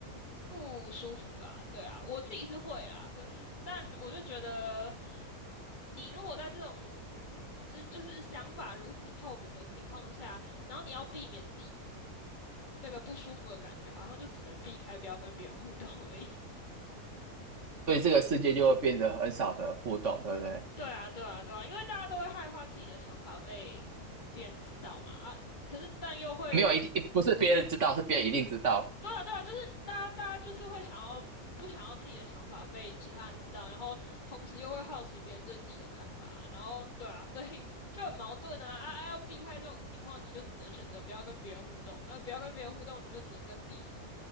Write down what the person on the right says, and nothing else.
所以这个世界就会变得很少的互动，对不对？
没有一定，不是别人知道，是别人一定知道。